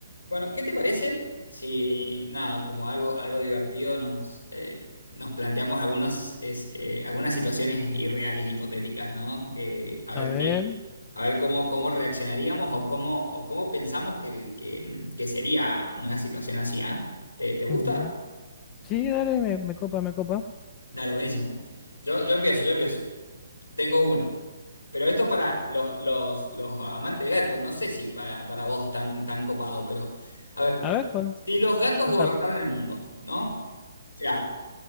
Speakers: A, on the left (about 85°); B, on the left (about 25°).
A: Bueno, ¿qué te parece si, nada, como algo, algo divertido nos, eh, nos planteamos algunos, es, eh, algunas situaciones irreales, hipotéticas, ¿no? Que, a ver
B: A ver.
A: qué, a ver cómo, cómo reaccionaríamos o cómo, o cómo pensamos que, que- que sería una situación así, ¿ah? ¿Te, te gusta?
B: ujú. Sí, dale, me, me copa, me copa.
A: Dale, buenísimo. Yo, yo empiezo, yo empiezo. Tengo una. Pero esto para los, los, los amantes de gato, no sé si para, para vos tan, tan copado, pero... A ver.
B: A ver, con,
A: Si los gatos
B: contame.
A: gobernaran el mundo, ¿no? O sea,